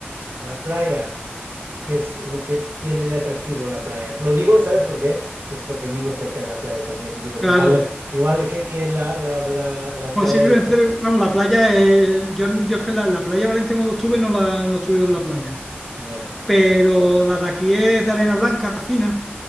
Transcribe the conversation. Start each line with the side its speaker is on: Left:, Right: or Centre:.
Right: a la playa que es lo que tiene de atractivo la playa. Lo digo, ¿sabes por qué? Que porque vivo cerca de la playa también y digo
Centre: Claro,
Right: que igual, igual que, que la, la, la, la
Centre: posiblemente,
Right: playa de... que-
Centre: vamos, la playa, eh, yo, yo es que la, la playa de Valencia cuando estuve no, la, no estuve en la playa.
Right: Ya.
Centre: pero la de aquí es de arena blanca fina.